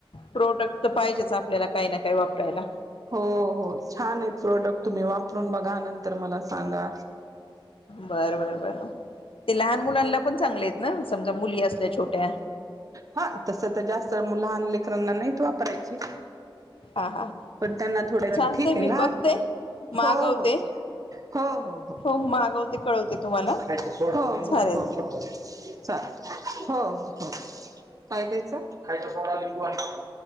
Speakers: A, on the left; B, on the right.
A: प्रोडक्ट तर पाहिजेच आपल्याला काही ना काही वापरायला
B: हो हो छान आहे प्रोडक्ट तुम्ही वापरून बघा नंतर मला सांगा
A: बर बर बर ते लहान मुलांना पण चांगले ना समजा मुली असल्या छोट्या
B: हा तसं तर जास्त लहान लेकरनांना नाहीत वापरायची
A: हा हा
B: पण त्यांना थोड
A: चालतय
B: ठीक
A: मी
B: आहे लाल
A: बघते मागवते
B: हो हो हो हो
A: मागवते कळवते तुम्हाला
B: हो हो हो
A: चालेल
B: हो चाल हो हो हो काय क्यायचं खायचा सोडा लिंबू आहे